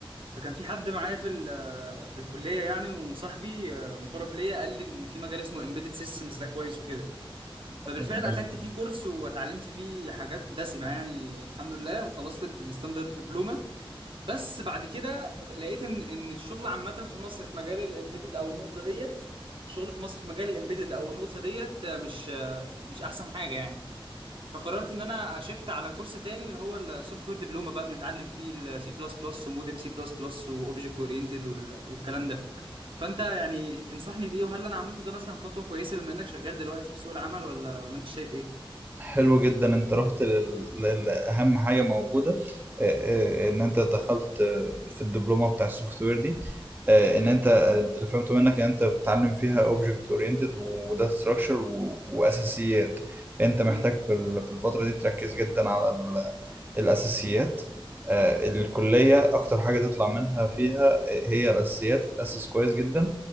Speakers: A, on the right (about 65°); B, on the right (about 20°).
A: فكان في حد معايا في ال- آه، في الكليه يعني وصاحبي آه، مقرب ليا قال لي ان في مجال اسمه امبيدد سيستمز ده كويس وكده فبالفعل
B: جميل
A: اخدت فيه كورس واتعلمت فيه حاجات دسمه يعني الحمد لله وخلصت الستاندرد دبلومه بس بعد كده لقيت ان ان الشغل عامه في مصر في مجال الامبيدد او النقطه ديت الشغل في مصر في مجال الامبيدد او النقطه ديت آه، مش آه، مش احسن حاجه يعني فقررت ان انا اشفت على كورس تاني اللي هو السوفت وير دبلومه بقى بنتعلم فيه السي بلس بلس ومودرن سي بلس بلس واوبجكت اورينتد والكلام ده فانت يعني تنصحني بايه وهل انا عملته ده مثلا خطوه كويسه بما انك شغال دلوقتي في سوق العمل ولا ولا انت شايف ايه
B: حلو جدا انت رحت لل- لل- لاهم حاجه موجوده آه، آه، ان انت دخلت آه، في الدبلومه بتاع السوفت وير دي آه، ان انت اللي فهمته منك ان انت بتتعلم فيها اوبجكت اورينتد وداتا ستراكشر واساسيات انت محتاج
A: امم
B: في ال- في الفتره دي تركز جدا على ال- الاساسيات آه، الكليه اكتر حاجه تطلع منها فيها آه، هي الاساسيات تتاسس كويس جدا